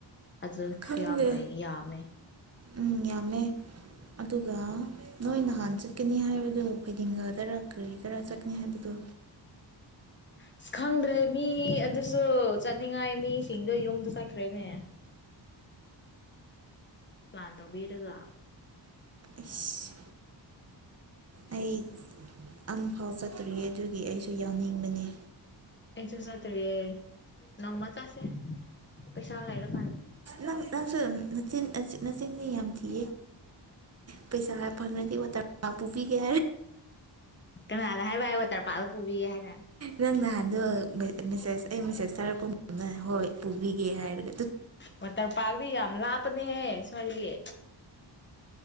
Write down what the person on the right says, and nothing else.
ꯈꯪꯗꯦ
ꯎꯝ ꯌꯥꯝꯃꯦ ꯑꯗꯨꯒ ꯅꯣꯏ ꯅꯍꯥꯟ ꯆꯠ ꯆꯠꯀꯅꯤ ꯍꯥꯏꯕꯗꯨ ꯐꯩꯗꯤꯡꯒꯥꯗꯔ ꯀꯔꯤ ꯀꯔꯥ ꯆꯠꯅꯤ ꯍꯥꯏꯕꯗꯣ
ꯏꯁ ꯑꯩ ꯑꯝꯐꯥꯎ ꯆꯠꯇ꯭ꯔꯤꯌꯦ ꯑꯗꯨꯒꯤ ꯑꯩꯁꯨ ꯌꯥꯎꯅꯤꯡꯕꯅꯦ
ꯅꯪ ꯅꯆꯤꯟ ꯅꯆꯤꯟꯗꯤ ꯌꯥꯝ ꯊꯤ ꯄꯩꯁꯥ ꯐꯪꯉꯗꯤ ꯋꯥꯇꯔ ꯄꯥꯛꯇ ꯄꯨꯕꯤꯒꯦ
ꯅꯪ ꯅꯍꯥꯟꯗꯣ ꯃꯦꯁꯦꯁ ꯑꯩ ꯃꯦꯁꯦꯖ ꯊꯥꯔꯛꯄ ꯃꯇꯝꯗ ꯍꯣꯏ ꯄꯨꯕꯤꯒꯦ ꯍꯥꯏꯔꯒ